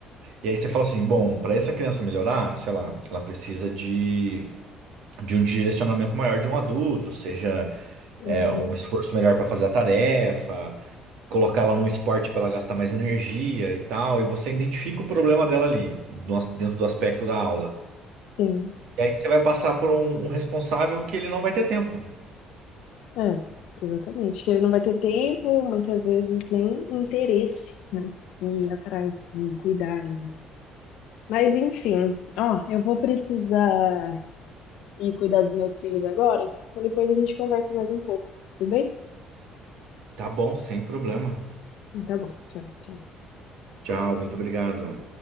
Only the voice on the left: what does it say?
uhum,
sim,
é, exatamente. Que ele não vai ter tempo, muitas vezes nem interesse, né? Em ir atrás, em cuidar. em- Mas, enfim, ó, eu vou precisar ir cuidar dos meus filhos agora, então depois a gente conversa mais um pouco, tudo bem?
Então, Tá bom, tchau, tchau.